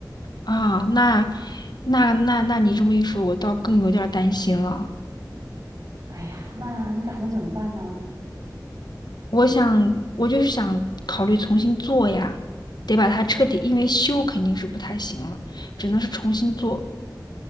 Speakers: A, on the left (about 70°); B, on the right (about 55°).
A: 啊，那那那那你这么一说，我倒更有点儿担心了。
B: 哎呀，那你打算怎么办呢？
A: 我想，我就是想考虑重新做呀，得把它彻底，因为修肯定是不太行了，只能是重新做，